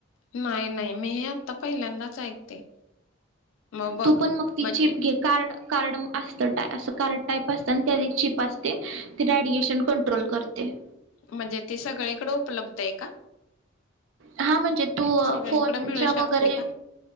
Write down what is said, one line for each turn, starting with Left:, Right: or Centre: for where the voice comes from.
Left: नाही नाही मी हे आता पहिल्यांदाच ऐकते. मग बघ
Right: तू पण मग ति
Left: म्हणजे
Right: चीप घे. कार्ड कार्ड असत असं कार्ड टाईप असतं आणि त्या चिप आसते ते रेडिएशन कंट्रोल करते. ते
Left: म्हणजे ते सगळीकडं उपलब्ध आहे का?
Right: हा म्हणजे तू
Left: सगळीकडे
Right: फोनच्या
Left: मिळू शकते
Right: वगैरे
Left: का?